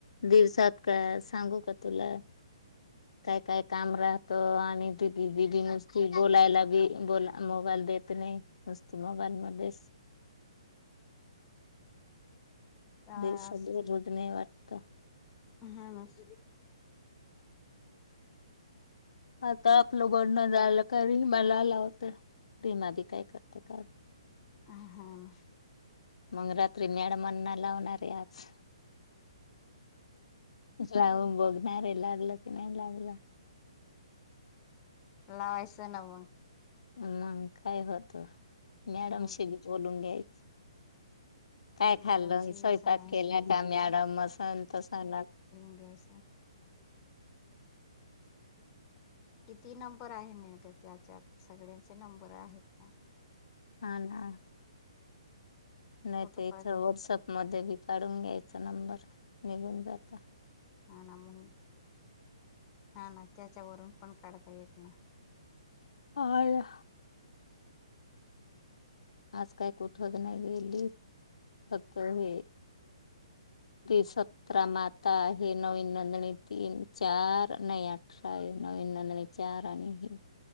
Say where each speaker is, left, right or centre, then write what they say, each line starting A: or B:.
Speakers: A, on the left; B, on the left.
A: दिवसात का सांगू का तुला?
B: <inaudible>
A: काय काय काम राहतं आणि दीदी दीदी नुसती बोलायला बी बोला मोबाईल देत नाही. वस्तू मोबाईल मध्येच
B: काय
A: दे सगळे
B: असच.
A: रुजणे वाटतं
B: हानस
A: आता आपलं बोलणं झालं का नी मला लावते रिमा बी काय करते का
B: हा हवं.
A: मग रात्री मॅडमाणा लावणारे आज जाऊन बघणार आहे लागलं की नाही लागलं.
B: लावायचं ना मग.
A: म काय होत मॅडम
B: मग
A: शी बी बोलून घ्याय काय खाल्लं
B: मॅडमशी
A: स्यपाात
B: सरांशी
A: केला का? मॅडम असन तसन
B: घ्यायच. किती नंबर आहे न त्याच्यात सगळ्यांचे नंबर आहेत ना.
A: हा ना. नाहीत
B: फोटो
A: याच
B: काढून
A: व्हॉट्सअप मध्ये बी काढून घ्यायचा नंबर निघून जात.
B: हा ना मग हा ना त्याच्यावरून पण काढता येत ना.
A: आया आज काही कुठच नाही गेली फक्त हे. सतरा माता आहे नवीन नंदणी तीन चार नाही आठ. नवीन चार आणि हे आता